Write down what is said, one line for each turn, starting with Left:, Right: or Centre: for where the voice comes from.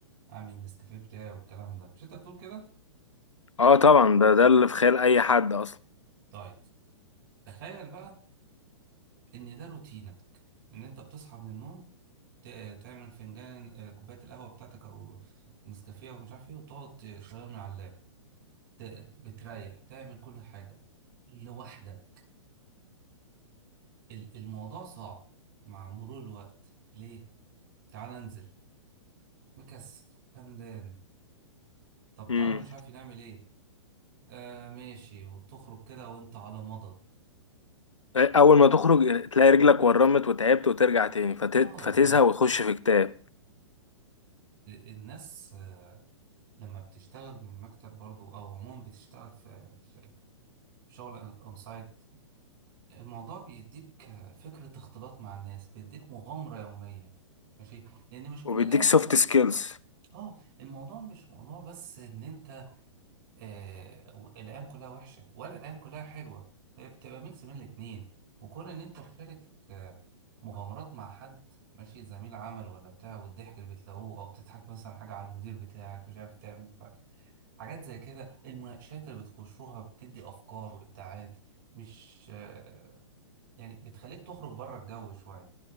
Right: اعمل النسكافيه بتاعي والكلام ده مش انت بتقول كده
Left: اه طبعا ده ده اللي في خيال اي حد اصلا
Right: طيب تخيل بقى ان ده روتينك ان انت بتصحى من النوم ت- تعمل فنجان آه، كوباية القهوة بتاعتك أو نسكافيه أو مش عارف إيه وتقعد تشغل من على اللاب ت- بتريح تعمل كل حاجة لوحدك ال- الموضوع صعب مع مرور الوقت ليه؟ تعال انزل مكسل همدان طب
Left: امم
Right: تعالى مش عارف نعمل إيه آه ماشي وتخرج كده وأنت على مضض
Left: اول ما تخرج تلاقي رجلك ورمت وتعبت وترجع تاني فت...
Right: آه
Left: فتزهق
Right: ليه؟
Left: وتخش في كتاب
Right: الناس آه، لما بتشتغل من المكتب برضو أو عموما بتشتغل في في شغل أون سايت الموضوع بيديك فكرة اختلاط مع الناس بيديك مغامرة يومية ماشي لأن مش كل
Left: وبيديك
Right: الأيام
Left: سوفت سكيلز
Right: اه الموضوع مش موضوع بس إن أنت آه... الأيام كلها وحشة ولا الأيام كلها حلوة هي بتبقى ميكس بين الاتنين وكون إن أنت تشارك آه، مغامرات مع حد ماشي زميل عمل ولا بتاع والضحك اللي بتلاقوه أو تضحك مثلا حاجة على المدير بتاعك مش عارف تعمل ف- حاجات زي كده المناقشات اللي بتخشوها بتدي أفكار وإبداعات مش آه، يعني بتخليك تخرج بره الجو شوية